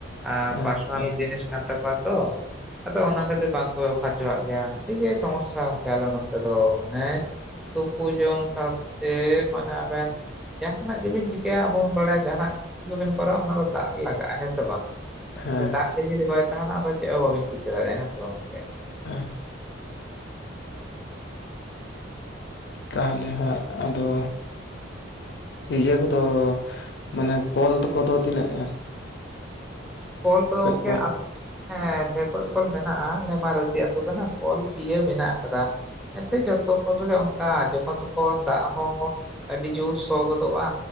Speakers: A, in the centre; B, on the left (about 55°).
A: ᱟᱸ ᱯᱟᱨᱥᱚᱱᱟᱞ
B: ᱟᱪᱪᱷᱟ
A: ᱡᱤᱱᱤᱥ ᱠᱟᱱ ᱛᱟᱠᱚᱣᱟ ᱛᱚ᱾ ᱟᱫᱚ ᱚᱱᱟ ᱠᱷᱟᱹᱛᱤᱨ ᱵᱟᱝᱠᱚ ᱵᱮᱵᱚᱦᱟᱨ ᱡᱚᱣᱟᱜ ᱜᱮᱭᱟ ᱟᱹᱰᱤ ᱜᱮ ᱥᱚᱢᱚᱥᱥᱟ ᱟᱞᱮ ᱱᱚᱛᱮ ᱫᱚ ᱢᱟᱱᱮ ᱛᱩᱯᱩ ᱡᱚᱝ ᱥᱟᱦᱟᱸ ᱛᱮ ᱢᱟᱱᱟ ᱡᱟᱦᱟᱸᱱᱟᱜ ᱜᱮᱵᱤᱱ ᱪᱤᱠᱟᱹᱭᱟ ᱟᱵᱚ ᱵᱚᱱ ᱵᱟᱲᱟᱭᱟ ᱡᱟᱦᱟᱸᱱᱟᱜ ᱦᱩ ᱫᱚᱵᱮᱱ ᱠᱚᱨᱟᱣᱟ ᱚᱱᱟ ᱫᱚ ᱫᱟᱜ ᱨᱮ ᱞᱟᱜᱟᱜᱼᱟ ᱦᱮᱸ ᱥᱮ ᱵᱟᱝ
B: ᱦᱮᱸ
A: ᱫᱟᱜ ᱜᱮ ᱡᱩᱫᱤ ᱵᱟᱭ ᱛᱟᱦᱮᱱᱟ ᱟᱫᱚ ᱪᱮᱫ ᱦᱚᱸ ᱵᱟᱵᱤᱱ ᱪᱤᱠᱟᱹ ᱫᱟᱲᱮᱭᱟᱜᱼᱟ ᱦᱮᱸ ᱥᱮ ᱵᱟᱝ ᱜᱚᱝᱠᱮ
B: ᱚ ᱛᱟᱦᱚᱞᱮ ᱦᱟᱸᱜ ᱟᱫᱚᱼᱼ ᱤᱭᱟᱹ ᱠᱚᱫᱚ ᱢᱟᱱᱮ ᱠᱚᱞ ᱠᱚᱫᱚ ᱛᱤᱱᱟᱹᱜ ᱮᱸ
A: ᱠᱚᱞ ᱠᱚᱫᱚ ᱜᱚᱢᱠᱮ
B: ᱠᱚᱞ
A: <inaudible> ᱦᱮᱸ ᱰᱷᱮᱠᱚᱡ ᱠᱚᱞ ᱢᱮᱱᱟᱜᱼᱟ ᱟᱞᱮ ᱢᱟ ᱨᱟᱹᱥᱤ ᱟᱹᱛᱩ ᱠᱟᱱᱟ ᱠᱚᱞ ᱯᱤᱭᱹ ᱢᱮᱱᱟᱜ ᱟᱠᱟᱫᱟ᱾ ᱮᱱᱛᱮ ᱡᱚᱛᱚ ᱠᱚᱨᱮ ᱜᱮ ᱚᱱᱠᱟ ᱡᱚᱠᱷᱚᱱ ᱛᱚᱠᱷᱚᱱ ᱫᱟᱜ ᱦᱚᱸ ᱟᱹᱰᱤ ᱡᱚᱨ ᱥᱚ ᱜᱚᱫᱚᱜᱼᱟ᱾